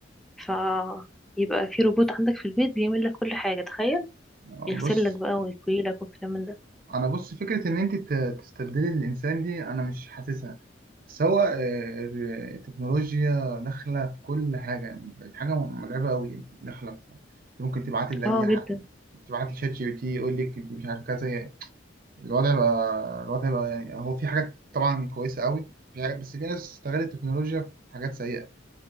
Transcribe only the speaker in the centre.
فيبقى في روبوت عندك في البيت بيعمل لك كل حاجة تخيل
يغسل
لك بقى ويكوي لك والكلام من ده
اه
جدا